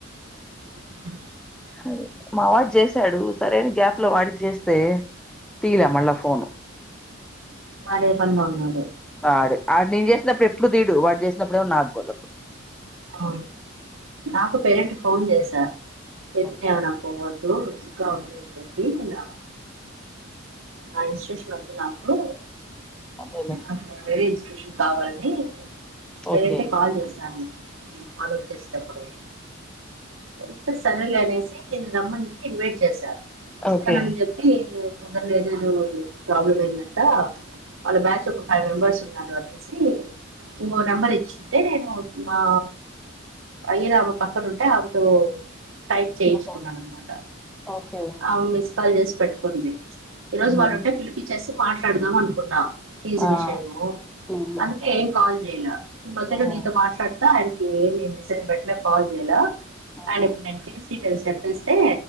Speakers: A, on the right; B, in the centre.
A: <inaudible>
B: అదే మావాడు చేసాడు సరై అని గ్యాప్ లో వాడికి చేస్తే తీలా మళ్ళ ఫోను
A: వాడే పనిలో ఉన్నాడో
B: ఆడు ఆడ్ నేను చేసినప్పుడు ఎప్పుడు తీడు వాడు చేసినప్పుడేమో నాకుదరదు
A: ఆ నాకు పేరెంట్ ఫోన్ చేసా చేపినాను
B: ఓకే
A: పోవద్ అపుడు విసుగ్గా ఉందని చెపి నేను ఆ ఇన్స్టిట్యూషన్ వదు నాకు
B: అదేలే
A: అ వేరే ఇన్స్టిట్యూషన్ కావాలని పెరంట్
B: ఓకే
A: కి కాల్ చేసను ఫాలో చేస్ టప్పుడు ఏళ్తే సరేలే అనేసి నిను రమ్మని కి ఇన్వైట్ చేశా వస్తానని
B: ఓకే
A: చెప్పి నేను తొందరల ఏదేదో ప్రాబ్లమ్ అయిందంట వాళ్ళ బ్యాచ్ ఒక ఫైవ్ మెంబెర్స్ ఉ నారు అనేసి ఇంకో నెంబర్ ఇచ్చింటే నేను మా ఆ అయ్యిరామ పక్కన ఉంటే ఆమెతో టైప్ చేయించుకున్నాను
B: ఆహా!
A: అనమాట
B: ఓకే.
A: ఆ మిస్ కాల్ చేసి పెట్టుకుంది ఈ
B: హ్మ్.
A: రోజు వాళ్ళు ఉంటే పిలిపిచ్చేసి మాట్లాడదాం అనుకున్న ఫీస్
B: ఆ!
A: విషయము
B: పిజ్జా
A: అందుకే
B: మ్యాన్.
A: ఏం కాల్ చేయలా ఈ మధ్యలో
B: హ్మ్.
A: నీతో మాట్లాడ్ ఆయనకి ఏమీ మెసేజ్ బెట్టల కాల్ చేయాల
B: హ్మ్.
A: ఆయన ఇప్పుడు నేను ఫీస్ డీటెయిల్స్ చెప్పేస్తే